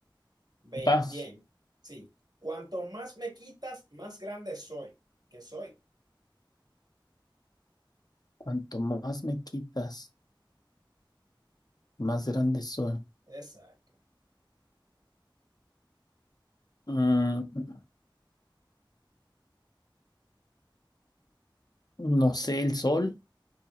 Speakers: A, on the right; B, on the left.
A: Bien,
B: Paz.
A: bien. Sí. Cuanto más me quitas, más grande soy. ¿Qué soy?
B: Cuanto más me quitas, más
A: Más.
B: grande soy.
A: Exacto.
B: Mm, no sé, el sol.